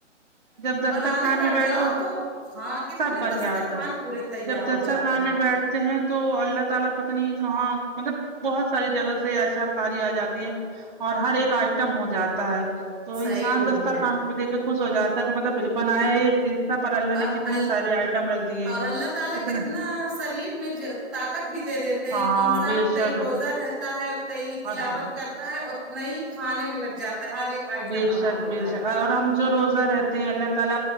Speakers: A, on the right; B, in the centre.
A: جب دستر
B: بنانے
A: خان
B: بیٹھ
A: میں بیٹھو
B: جاؤ تو ہاں کتنی
A: سب بن
B: دستر
A: جاتا
B: خان
A: ہے
B: پورے تیار
A: جب
B: ہو
A: دستر
B: جاتے
A: خان
B: ہیں
A: میں بیٹھتے ہیں تو اللہ تعالی پتا نہیں کہاں مطلب بہت ساری جگہ سے ایسے افتاری آ جاتی ہیں اور ہر ایک آئٹم ہو جاتا ہے تو
B: صحیح
A: انسان
B: بولی
A: دستر
B: ہیں
A: خان کو بھی دیکھے خوش ہو جاتا کہ مطلب بنایا ایک چیز تھا پر اللہ
B: اور
A: نے کتنے
B: ال
A: سارے آئٹم رکھ دیے
B: اور اللہ تعالی
A: کتنے
B: کتنا شریر میں طاقت بھی دے دیتے ہیں
A: ہاں
B: کہ انسان
A: بے
B: اتنا
A: شک
B: ہی روزہ رہتا ہے تلاوت
A: اور
B: کرتا ہے اتنا ہی کھانے میں لگ جاتا ہے ہر ایک آئٹم
A: بے
B: بنا
A: شک
B: لیتا
A: بے شک
B: ہے
A: اور ہم جو روزہ رہتے ہیں اللہ تعالی